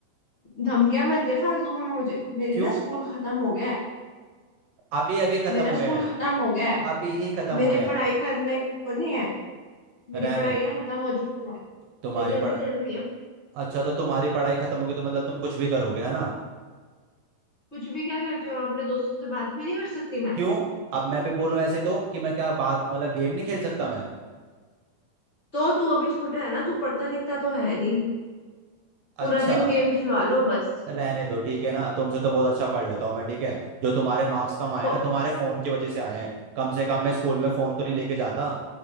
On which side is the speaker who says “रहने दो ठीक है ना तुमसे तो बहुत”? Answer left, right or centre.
Right